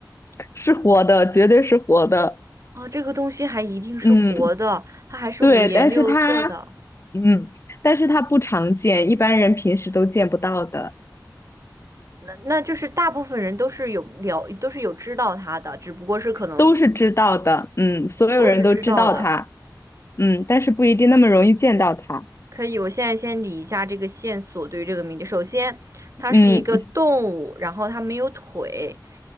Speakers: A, on the left; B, on the right.
A: 是活的，绝对是活的。
B: 啊，这个东西还一定是活的，
A: 嗯，
B: 它还是五颜六色的。
A: 对，但是它嗯，但是它不常见，一般人平时都见不到的。
B: 那那就是大部分人都是有了，都是有知道它的，只不过是可能
A: 都是知道的，嗯，所有人都知道它，
B: 都是知道的。
A: 嗯，但是不一定那么容易见到它，
B: 可以，我现在先理一下这个线索对于这个谜底。首先，它是一个动物，
A: 嗯
B: 然后它没有腿，